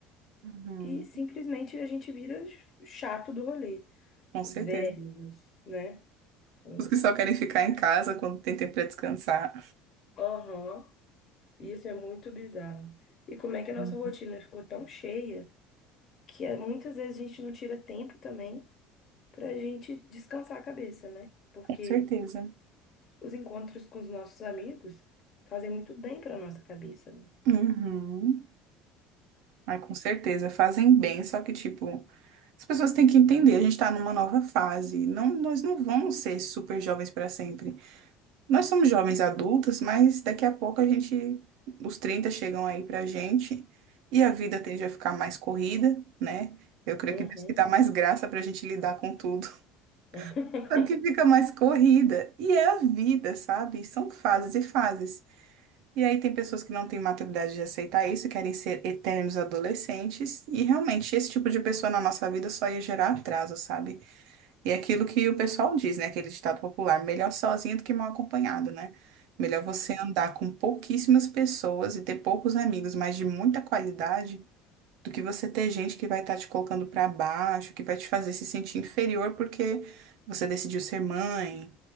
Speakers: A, on the right (about 70°); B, on the left (about 35°).
A: Uhum.
B: e simplesmente a gente vira chato do rolê.
A: Com
B: Os
A: certeza.
B: velhos, né? Os
A: Os que só querem ficar em casa quando tem tempo para descansar.
B: Aham, Isso é muito bizarro. E como é que a nossa
A: Uhum.
B: rotina ficou tão cheia que é, muitas vezes a gente não tira tempo também para a gente descansar a cabeça, né? Porque
A: Com certeza.
B: os encontros com os nossos amigos fazem muito bem para nossa cabeça, né?
A: Uhum. Ai, com certeza. Fazem bem, só que, tipo, as pessoas têm que entender, a gente está numa nova fase. Não, nós não vamos ser super jovens para sempre. Nós somos jovens adultos, mas daqui a pouco a gente, os 30 chegam aí pra gente e a vida tende a ficar mais corrida, né? Eu creio
B: Uhum.
A: que Deus que dá mais graça pra gente lidar com tudo.
B: <laughs>
A: <laughs> Só que fica mais corrida. E é a vida, sabe? São fases e fases. E aí tem pessoas que não têm maturidade de aceitar isso, querem ser eternos adolescentes. E realmente, esse tipo de pessoa na nossa vida só ia gerar atraso, sabe? E é aquilo que o pessoal diz, né? Aquele ditado popular, melhor sozinho do que mal acompanhado, né? Melhor você andar com pouquíssimas pessoas e ter poucos amigos, mas de muita qualidade, do que você ter gente que vai estar te colocando para baixo, que vai te fazer se sentir inferior porque você decidiu ser mãe,